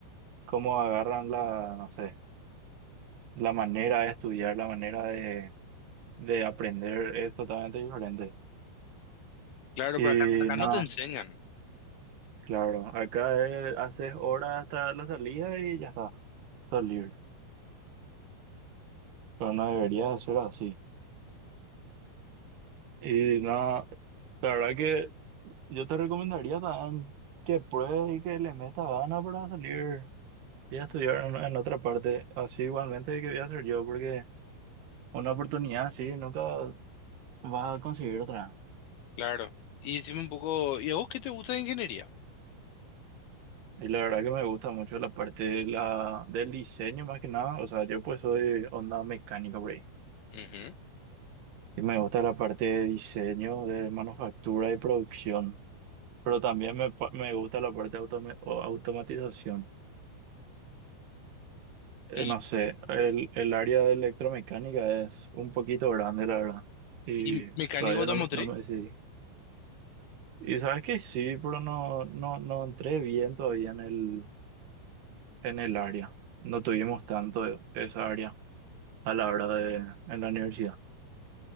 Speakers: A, on the right; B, on the left.
A: cómo agarran la, no sé, la manera de estudiar, la manera de, de aprender es totalmente diferente.
B: Claro,
A: Y
B: pero acá, acá
A: nada,
B: no te enseñan.
A: claro, acá es- haces horas hasta la salida y ya está, estás libre. Pero no debería de ser así. Y nada, la verdad que yo te recomendaría también que pruebes y que le metas ganas para salir. Voy a estudiar en, en otra parte, así igualmente que voy a hacer yo, porque una oportunidad así nunca vas a conseguir otra.
B: Claro. Y decime un poco, ¿y a vos qué te gusta de ingeniería?
A: Y la verdad que me gusta mucho la parte de la, del diseño más que nada, o sea, yo pues soy onda mecánica por ahí.
B: Ujú.
A: Y me gusta la parte de diseño, de manufactura y producción, pero también me, pa- me gusta la parte de automa- o automatización. Eh,
B: ¿Y,
A: no sé, el, el área de electromecánica es un poquito grande, la verdad, y
B: y mecánico
A: todavía
B: automotriz?
A: no, no me decidí. Y sabes que sí, pero no, no, no entré bien todavía en el, en el área. No tuvimos tanto de- esa área a la hora de, en la universidad.